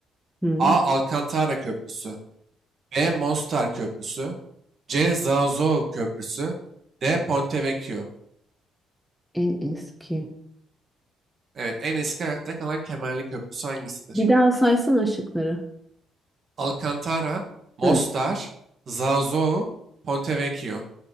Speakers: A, in the centre; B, on the right.
A: Hı,
B: A. Alcantara Köprüsü B. Mostar Köprüsü C. Zazo Köprüsü D. Ponte Vecchio
A: En eski.
B: Evet, en eski ayakta kalan kemerli köprüsü hangisidir?
A: Bir daha saysana şıkları.
B: Alcantara, Mostar,
A: Hı.
B: Zazo, Ponte Vecchio.